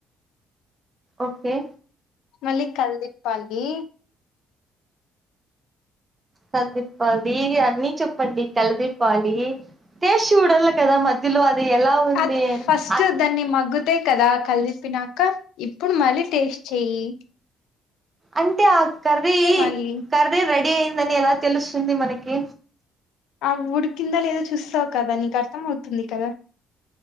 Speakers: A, on the right (about 25°); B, on the left (about 80°).
A: ఓకే
B: మళ్లీ కలదిప్పాలి
A: కలదీప్పాలి అన్నిీ చెప్పండి కలదీప్పాలి టేస్ట్ చూడల్ల కదా మధ్యలో అది ఎలా ఉంది
B: అది
A: అని
B: ఫస్ట్
A: ఆ
B: దాన్ని మగ్గుతాయి కదా కలిలిప్పినాక ఇప్పుడు మళ్ళీ టేస్ట్ చెయ్య
A: అంటే ఆ కరది
B: మళ్ళీ
A: కరది రెడ్ డి అయిందని ఎలా తెలుస్తుంది మనకి
B: ఆ వు ఉడికిందా లేదో చూస్తావు కదా నీకు అర్థం అవుతుంది కదా